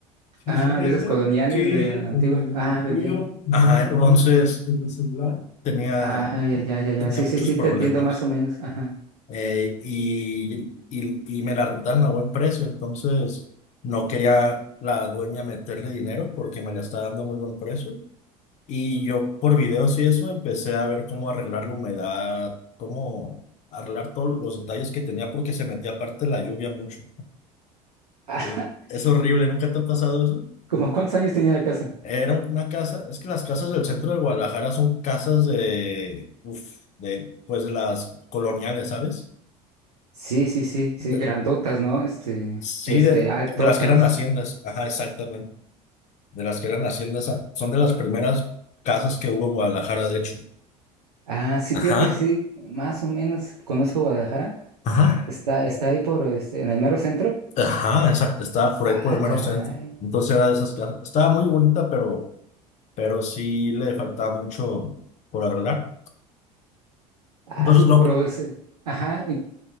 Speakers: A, on the left; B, on the right.
A: Fíjate,
B: Ah, de
A: Edgar,
B: esas coloniales
A: que
B: de antiguas.
A: con el
B: Ah, bien,
A: tuyo
B: bien.
A: no Ajá, entonces desde el celular. tenía,
B: Ah, ya, ya, ya, ya.
A: tenía
B: Sí,
A: muchos
B: sí, sí,
A: problemas.
B: te entiendo más o menos. Ajá. <laughs>
A: eh, y, y, y me la rentaban a buen precio, entonces no quería la dueña meterle dinero porque me la estaba dando a muy buen precio. Y yo por videos y eso empecé a ver cómo arreglar la humedad, cómo arreglar todos los detalles que tenía porque se metía aparte la lluvia mucho.
B: Ah,
A: Eh, Es horrible, ¿nunca te ha pasado eso?
B: ¿cómo cuántos años tenía la casa?
A: Era una casa, es que las casas del centro de Guadalajara son casas de, uf, de, pues de las coloniales, ¿sabes?
B: Sí, sí, sí, sí,
A: del-
B: grandotas, ¿no? Este,
A: Sí,
B: este,
A: de,
B: altotas.
A: de las que eran haciendas, ajá, exactamente. De las que eran haciendas, ah, son de las primeras casas que hubo en Guadalajara, de hecho.
B: Ah, sí,
A: Ajá,
B: fíjate que sí, más o menos conozco Guadalajara.
A: ajá,
B: Está, está ahí por, este, en el mero centro.
A: ajá, exacto. Estaba por
B: Ah,
A: ahí por el mero
B: caray.
A: centro. Entonces era de esas casas. Estaba muy bonita, pero, pero sí le faltaba mucho por arreglar.
B: Ah,
A: Entonces,
B: su
A: lo,
B: pro ese. Ajá, y